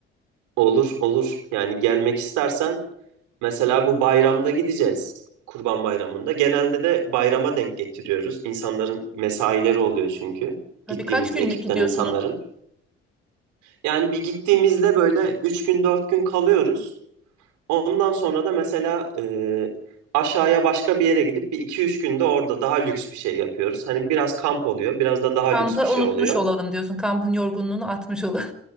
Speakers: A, on the right; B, in the centre.
A: Olur, olur. Yani gelmek istersen mesela bu bayramda gideceğiz. Kurban Bayramı'nda. Genelde de bayrama denk getiriyoruz. İnsanların mesaileri oluyor çünkü.
B: Tabii
A: Gittiğimiz
B: kaç günlük
A: ekipten
B: gidiyorsunuz?
A: insanların. Yani bir gittiğimizde böyle 3 gün 4 gün kalıyoruz. Ondan sonra da mesela e, aşağıya başka bir yere gidip bir iki üç günde orada daha lüks bir şey yapıyoruz. Hani biraz kamp oluyor, biraz da daha lüks
B: Kampı
A: bir şey
B: unutmuş
A: oluyor.
B: olalım diyorsun. Kampın yorgunluğunu atmış olalım.